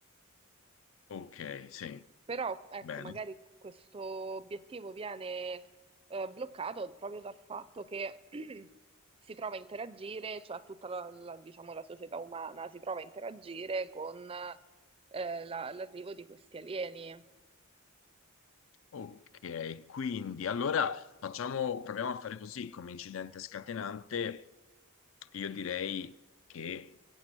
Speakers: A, on the left (about 65°); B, on the right (about 25°).
A: Ok, sì,
B: Però, ecco,
A: bene.
B: magari questo obiettivo viene, eh, bloccato proprio dal fatto che <clears throat> si trova a interagire, cioè tutta la, la- diciamo, la società umana si trova a interagire con, eh, la- l'arrivo di questi alieni.
A: Ok, quindi allora facciamo, proviamo a fare così come incidente scatenante. Io direi che